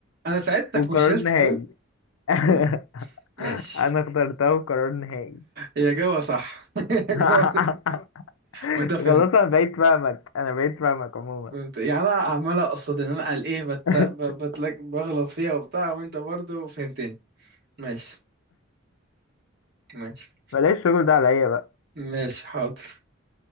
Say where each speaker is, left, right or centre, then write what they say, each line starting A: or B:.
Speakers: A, on the right; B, on the left.
A: انا ساعدتك
B: وقرار
A: وشلت
B: نهائي <laughs>
A: م- ماشي
B: انا اخترتها قرار نهائي
A: هي جوه صح <laughs> هي جوه
B: <laughs>
A: وانت فهمت
B: خلاص انا بقيت فاهمك انا بقيت فاهمك عموما
A: فهمت يعني انا عمال اقصد ان انا قال ايه بت...
B: <laughs>
A: ب- بتلك... بغلط فيها وبتاع وانت برضو فهمتني ماشي ماشي
B: بلاش الشغل ده عليا بقى
A: ماشي حاضر